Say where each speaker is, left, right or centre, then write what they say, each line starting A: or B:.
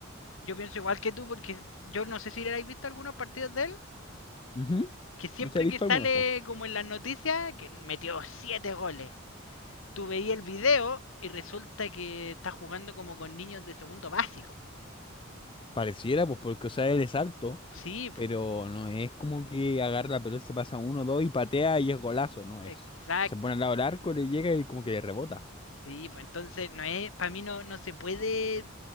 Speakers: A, on the left (about 75°); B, on the left (about 25°).
A: yo pienso igual que tú porque yo no sé si le habéis visto algunos partidos de él.
B: Ujú.
A: que siempre
B: No sé, he visto
A: que
B: algunos,
A: sale
B: po.
A: como en las noticias, que metió siete goles. Tú veías el video y resulta que está jugando como con niños de segundo básico.
B: Pareciera, pues, porque, o sea, él es alto,
A: Sí, po.
B: pero no es como que agarra la pelota, se pasa uno, dos y patea y es golazo, no es.
A: Exacto.
B: Se pone
A: po.
B: al lado del arco, le llega y como que le rebota.
A: Sí, po. Entonces, no es, para mí no, no se puede